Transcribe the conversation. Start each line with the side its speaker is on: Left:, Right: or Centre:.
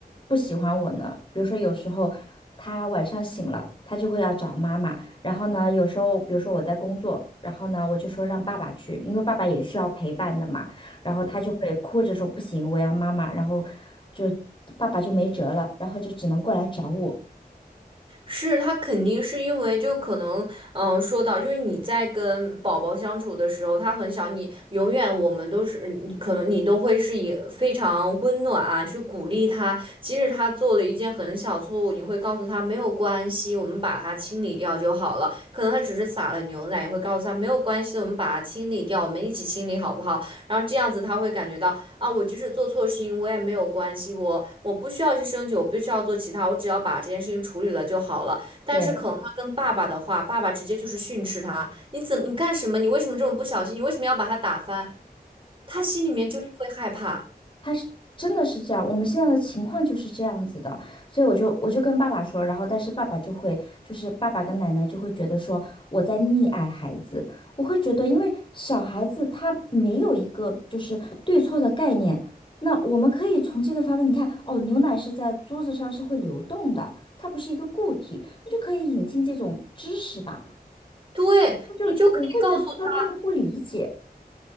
Left: 不喜欢我呢？比如说有时候他晚上醒了，他就会要找妈妈，然后呢，有时候比如说我在工作，然后呢，我就说让爸爸去，因为爸爸也需要陪伴的嘛，然后他就会哭着说不行，我要妈妈，然后就爸爸就没辙了，然后就只能过来找我。
Right: 是他肯定是因为就可能，嗯、说到就是你在跟宝宝相处的时候，他很小，你永远我们都是你可能你都会是以非常温暖啊去鼓励他，即使他做了一件很小错误，你会告诉他没有关系，我们把它清理掉就好了。可能他只是撒了牛奶，也会告诉他没有关系，我们把它清理掉，我们一起清理好不好？然后这样子他会感觉到。啊，我即使做错事情，我也没有关系，我我不需要去升级，我不需要做其他，我只要把这件事情处理了就好了。但是可能他跟爸爸的话，
Left: 对。
Right: 爸爸直接就是训斥他，你怎么你干什么？你为什么这么不小心？你为什么要把他打翻？他心里面就是会害怕。
Left: 他是真的是这样，我们现在的情况就是这样子的，所以我就我就跟爸爸说，然后但是爸爸就会，就是爸爸跟奶奶就会觉得说我在溺爱孩子，我会觉得因为小孩子他没有一个就是对错的概念，那我们可以从这个方面，你看哦，牛奶是在桌子上是会流动的，它不是一个固体，那就可以引进这种知识吧，
Right: 对，
Left: 但是他们就我会觉得说他们不理解，
Right: 你就可以告诉他。